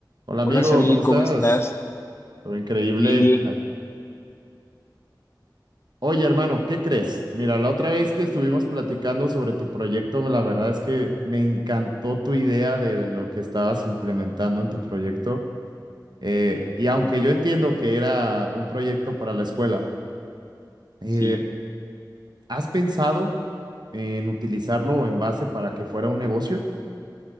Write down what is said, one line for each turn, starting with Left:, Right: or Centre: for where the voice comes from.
Right: Hola amigo,
Left: Hola Samir,
Right: ¿cómo estás?
Left: ¿cómo estás?
Right: Todo increíble.
Left: Bien, bien.
Right: Ac- Oye hermano, ¿qué crees? Mira, la otra vez que estuvimos platicando sobre tu proyecto, la verdad es que me encantó tu idea de lo que estabas implementando en tu proyecto. Eh, y aunque yo entiendo que era un proyecto para la escuela, eh,
Left: Sí,
Right: ¿has pensado en utilizarlo en base para que fuera un negocio?